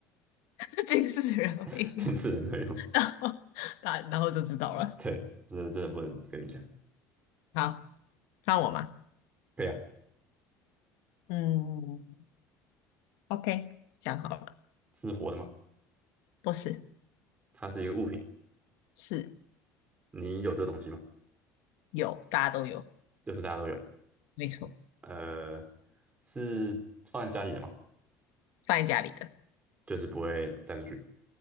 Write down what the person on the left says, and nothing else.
<laughs> 近视的人会用。
<laughs> 大然后就知道了。
好，看我吗？
嗯，OK，想好了，
不是，
是
有，大家都有，
没错，
放在家里的，